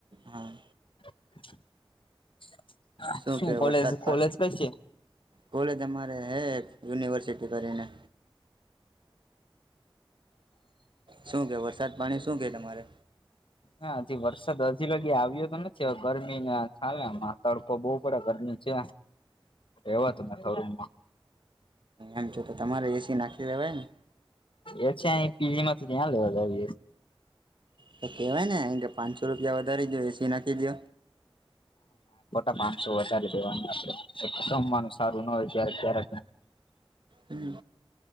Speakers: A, on the right (about 60°); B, on the left (about 65°).
A: હા.
B: <inaudible>
A: શું કે
B: કોલેજ
A: વરસાદ પ
B: કોલેજ કઈ છે
A: કોલેજ તમારે હે યુનિવર્સિટી કરીને શું કે વરસાદ પાણી શું કે તમારે?
B: ના હજી વરસાદ હજી લગી આવ્યો તો નથી ગરમીના છાલે તડકો બહુ પડે ગરમી છે એવાતુંથમાં
A: એમ છો તો તમારે એસી નાખી લેવાય ને
B: એ છે બી માંથી ત્યાં લેવા જ
A: તો કેવાય ને અહી કે પાંચસો રૂપિયા વધારી દો એસી નાખી દો
B: ણસો વધારેવા રમવાનું સારું ના હોય્યારે ક્યારેક
A: હમ